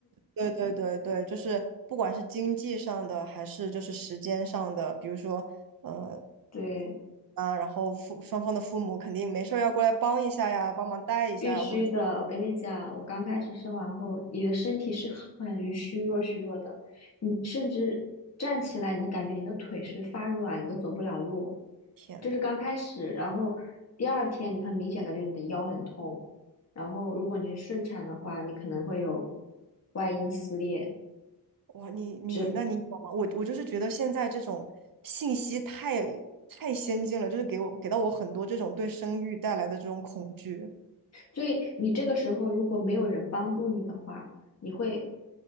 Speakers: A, on the right; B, on the left.
A: 对对对对，就是不管是经济上的还是就是时间上的，比如说呃
B: <laughs> 对。
A: 啊，然后父双方的父母肯定没事儿要过来帮一下呀，帮忙带一下呀，
B: 必须的，
A: 或者
B: 我跟你讲，我刚开始生完后，你的身体是很虚弱、虚弱的，你甚至站起来，你能感觉你的腿是发软，你都走不了路。
A: 天呐。
B: 就是刚开始，然后第二天你很明显感觉你的腰很痛，然后如果你是顺产的话，你可能会有外阴撕裂，
A: 哇，你你那你有吗？
B: 整
A: 我我就是觉得现在这种信息太太先进了，就是给我给到我很多这种对生育带来的这种恐惧，
B: 所以你这个时候如果没有人帮助你的话，你会